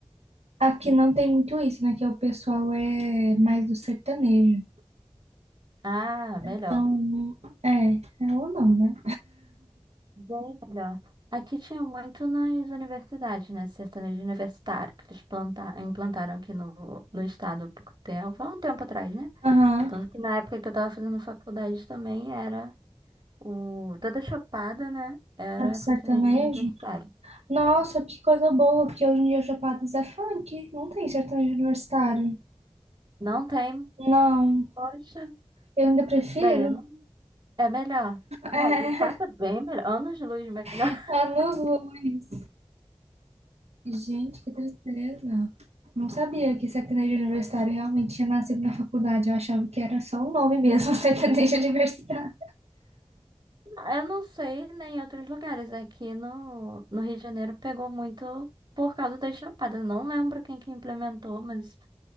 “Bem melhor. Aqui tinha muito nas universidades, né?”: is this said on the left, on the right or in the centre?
Right